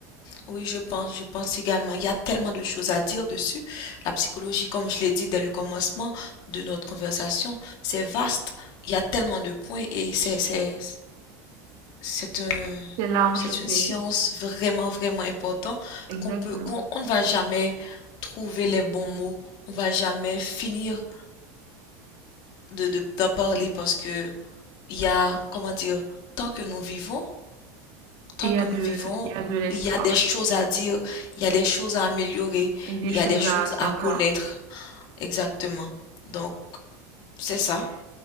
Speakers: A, on the left; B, on the right.
A: Oui, je pense, je pense également. Il y a tellement de choses à dire dessus. La psychologie, comme je l'ai dit dès le commencement de notre conversation, c'est vaste. Il y a tellement de points et c'est, c'est, c'est un,
B: C'est large,
A: c'est une
B: c'est
A: science vraiment, vraiment importante
B: exactement.
A: qu'on peut, qu'on, on ne va jamais trouver les bons mots. On va jamais finir de, de, d'en parler parce que il y a, comment dire, tant que nous vivons, tant
B: Et il
A: que
B: y a
A: nous
B: de,
A: vivons,
B: il y a de l'espoir
A: il y a des choses à dire, il y a des choses à améliorer,
B: et des
A: il
B: choses
A: y a des choses
B: à savoir.
A: à connaître. Exactement. Donc, c'est ça.